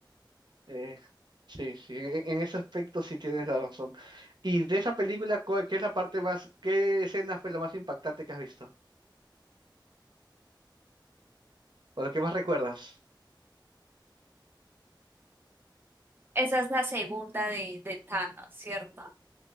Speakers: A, on the right; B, on the right.
A: Eh, sí, sí, en, en ese aspecto sí tienes la razón. Y de esa película, ¿cuál- ¿qué es la parte más, qué escena fue la más impactante que has visto? ¿O la que más recuerdas?
B: Esa es la segunda de, de Thanos, ¿cierto?